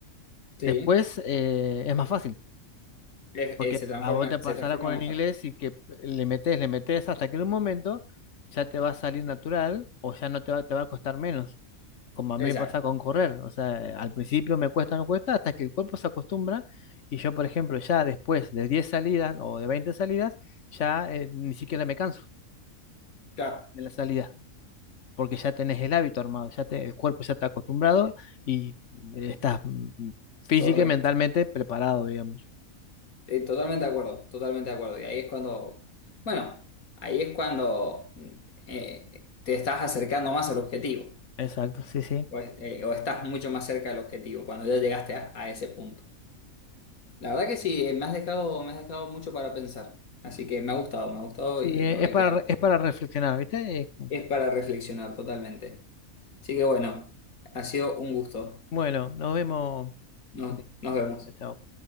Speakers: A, on the left; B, on the left.
A: Sí,
B: después eh, es más fácil,
A: Es-
B: porque
A: es- se transforma,
B: a vos te pasará
A: se transforma
B: con
A: más
B: el inglés
A: fácil.
B: y que le metes, le metes hasta que en un momento ya te va a salir natural o ya no te va, te va a costar menos como a mí
A: Exacto,
B: me pasa con correr, o sea, al principio me cuesta, me cuesta, hasta que el cuerpo se acostumbra y yo, por ejemplo, ya después de 10 salidas o de 20 salidas, ya eh, ni siquiera me canso
A: claro,
B: de la salida, porque ya tenés el hábito armado, ya te, el cuerpo ya está acostumbrado y eh, estás mm, física
A: correcto.
B: y mentalmente preparado, digamos.
A: Eh, totalmente de acuerdo, totalmente de acuerdo. Y ahí es cuando, bueno, ahí es cuando mm, eh, te estás acercando más al objetivo.
B: Exacto, sí, sí.
A: O, es- eh, o estás mucho más cerca del objetivo cuando ya llegaste a, a ese punto. La verdad que sí, eh, me has dejado, me has dejado mucho para pensar. Así que me ha gustado, me ha gustado
B: Sí,
A: y
B: eh,
A: me voy
B: es
A: a
B: para,
A: quedar.
B: re- es para reflexionar, ¿viste? Eh,
A: Es para reflexionar totalmente. Así que bueno, ha sido un gusto.
B: bueno, nos vemos.
A: No,
B: Santi.
A: nos vemos.
B: Chao.